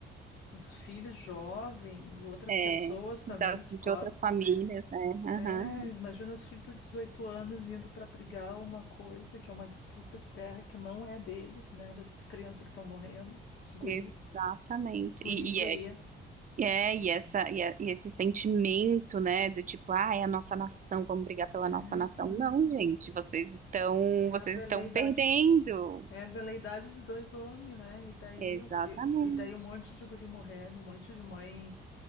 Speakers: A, on the left (about 75°); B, on the right (about 40°).
A: os filhos jovem e outras
B: É,
A: pessoas também
B: da-
A: que
B: de
A: gostam,
B: outras famílias,
A: é.
B: né?
A: É,
B: Aham,
A: imagina os filhos de 18 anos indo para brigar uma coisa que é uma disputa de terra que não é deles, né? Dessas crianças que estão morrendo, esses guri,
B: exatamente.
A: guri,
B: E,
A: e guria.
B: e é, e é, e
A: É.
B: essa, e, é- e esse sentimento, né, do tipo, ah, é a nossa nação, vamos brigar pela
A: É,
B: nossa
A: né?
B: nação. Não, gente, vocês estão,
A: é
B: vocês
A: a veleidade
B: estão perdendo.
A: É a veleidade de dois homens, né? E daí
B: Exatamente.
A: o que, e daí um monte de guri morrendo, um monte de mãe,